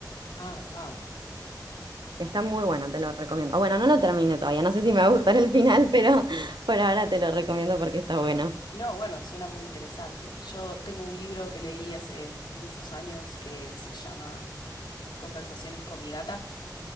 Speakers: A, on the left; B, on the right.
A: Ah, wow.
B: Está muy bueno, te lo recomiendo. O bueno, no lo terminé todavía, no sé si me va a gustar el final, pero <laughs> por ahora te lo recomiendo porque está bueno.
A: No, bueno, suena muy interesante. Yo tengo un libro que leí hace mu- muchos años que se llama Conversaciones con mi gata.